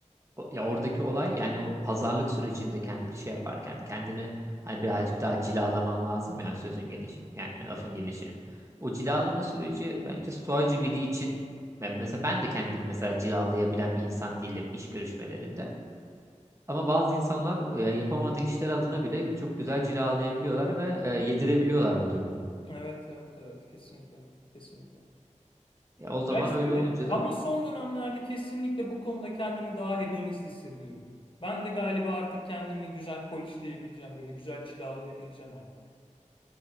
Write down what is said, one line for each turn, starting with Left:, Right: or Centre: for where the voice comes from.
Right: o- ya oradaki olay yani o pazarlık sürecinde kendini şey yaparken kendini hani birazcık daha cilalaman lazım ya sözün gelişi yani lafın gelişi. O cilalama süreci bence stoacı biri için ben mesela ben de kendimi mesela cilalayabilen bir insan değilim iş görüşmelerinde. Ama bazı insanlar e, yapamadığı işler adına bile çok güzel cilalayabiliyorlar ve e, yedirebiliyorlar bu durumu.
Left: Evet, evet, evet. Kesinlikle. Kesinlikle.
Right: Ya o zaman
Left: Ya şöyle
Right: öyle olunca da
Left: Ama son dönemlerde kesinlikle bu konuda kendimi daha hedonist hissediyorum. Ben de galiba artık kendimi güzel polishleyebileceğim, böyle güzel cilalayabileceğim artık.